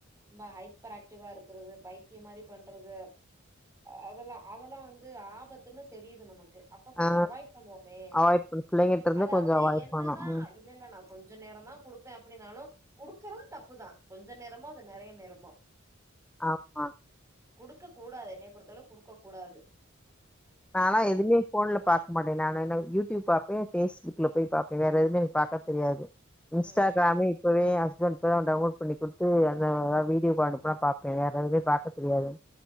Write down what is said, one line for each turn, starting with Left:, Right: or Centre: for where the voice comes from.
Right: ரொம்ப ஹைப்பர் ஆக்டிவா இருக்குறது பைத்தியொ மாரி பண்றது அதெல்லா அதெல்லா வந்து து ஆபத்துன்னு தெரியிது நமக்கு அப்பொ கொஞ்சொ
Centre: ஆ
Right: அவாய்ட் பண்ணுவோமே
Centre: அவாய்ட் பண்ண பிள்ளைங்கிட்ட இருந்து
Right: அதாவது
Centre: கொஞ்சோ அவாய்ட்
Right: என்னதா
Centre: பண்ணு ம்
Right: இல்லல்ல நா கொஞ்ச நேரந்தா குடுப்பே அப்டின்னாலு குடுக்குறது தப்புதா கொஞ்ச நேரமோ அது நெறைய நேரமோ
Centre: ஆமா
Right: குடுக்கக் கூடாது என்னைய பொருத்தளவு குடுக்கக் கூடாது
Centre: நால்லா
Right: அவ்வளதா
Centre: எதுமே ஃபோன்ல பாக்க மாட்டே நானா என்ன யூடியூப் பாப்பே ஃபேஸ்புக்ல போய் பாப் பே வேற எதுமே எனக் பாக்க தெரியாது இன்ஸ்டாக்ராமே
Right: ம்
Centre: இப்பவே ஏ அஸ் ஸ்பண்ட் இப்பதா டவுன்லோட் பண்ணிக் குடுத்து அந்த வீடியோவ அனுப்பு நா பாக்குறே வேற எதுமே பாக்கத் தெரியாது